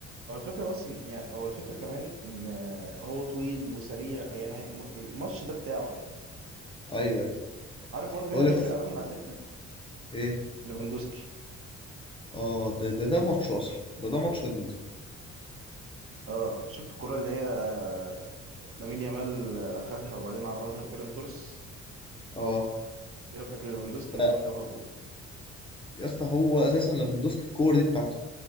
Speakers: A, on the right; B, on the left.
A: هو الفكرة بس إن يعني هو الفكرة كمان إن آه، هو طويل وسريع يعني هي- الماتش ده بتاعه يعني
B: ايوه ايوه
A: عارف برضه مين
B: هقول
A: اللي
B: لك
A: هيفرق قوي من على الدكه
B: ايه
A: ليفاندوسكي
B: اه ده ده ده ماتش اصلا ده ده ماتش ليفاندوسكي
A: اه شفت الكرة اللي هي آه، لامين يامال اخدها وبعدين عرضها لفيران توريس
B: اه
A: هي لو كانت ليفاندوسكي كان
B: ده
A: زمان جابها جول
B: يا اسطى هو اساسا ليفاندوسكي الكور دي بتاعته